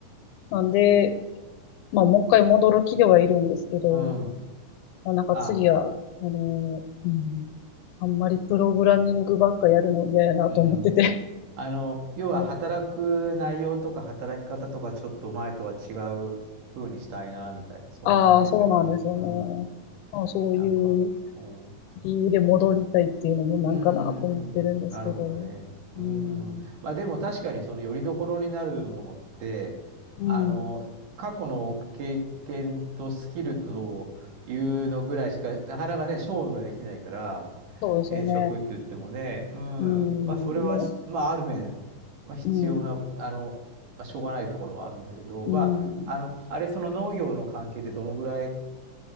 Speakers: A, on the left; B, on the right.
A: なんで、まあもう一回戻る気ではいるんですけど、
B: うん。
A: まあ、なんか次は、
B: あ、
A: あのー、うん、あんまりプログラミングばっかやるの嫌やなと思ってて。
B: うん。あの、要は働く内容とか働き方とかちょっと前とは違う風にしたいな、
A: <laughs> うん
B: みたいな。そんな感じですよね。
A: ああ、そうなんですよね。
B: うん。
A: まあ、そういう
B: なんか、うん。
A: 理由で戻りたいっていうのもなんかなと思ってるんですけど。
B: うーん、なるほどね。うーん。
A: うん、
B: まあでも確かにその拠り所になるものって、
A: うん、
B: あの、過去の経験とスキルというのぐらいしか、なかなかね、勝負ができないから、
A: そうですよね。
B: 転職って言ってもね、うん。
A: うん、
B: まあそれはし、
A: ね、
B: まあある面、まあ必要な、
A: うん、
B: あの、まあしょうがないところはあるんだけど、
A: うん。
B: まあ、あの、あれ、その農業の関係でどのぐらい